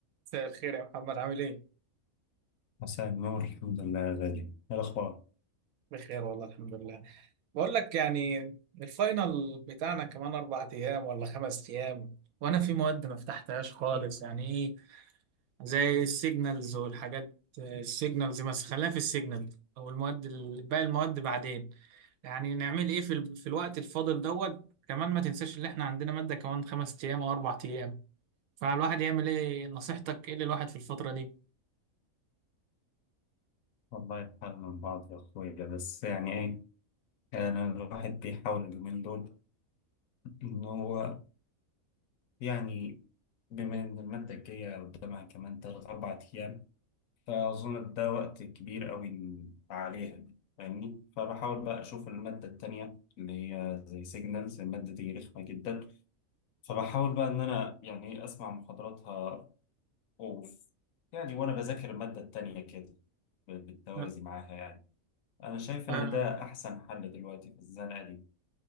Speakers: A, on the right; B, on the left.
A: مساء الخير يا محمد عامل ايه؟
B: مساء النور الحمد لله يا غالي ايه الاخبار
A: بخير والله الحمد لله بقول لك يعني الفاينل بتاعنا كمان اربع ايام ولا خمس ايام وانا في مواد ما فتحتهاش خالص يعني ايه زي السيجنالز والحاجات السيجنالز بس خلينا في السيجنال او المواد ال- باقي المواد بعدين يعني نعمل ايه في, ال... في الوقت الفاضل دوت كمان ما تنساش ان احنا عندنا مادة كمان خمس ايام او اربع ايام فالواحد يعمل ايه نصيحتك ايه للواحد في الفترة دي؟
B: والله الحال من بعض يا اخويا بس يعني ايه انا الواحد بيحاول اليومين دول ان هو يعني بما ان الماده الجايه قدامها كمان تلات اربع ايام فاظن ده وقت كبير قوي عليها فاهمني فبحاول بقى اشوف الماده التانيه اللي هي زي سيجنالز الماده دي رخمه جدا فبحاول بقى ان انا يعني ايه اسمع محاضراتها اوف يعني وانا بذاكر الماده التانيه كده بالتوازي
A: أه،
B: معاها يعني أنا شايف إن
A: أه،
B: ده أحسن حل دلوقتي في الزنقة دي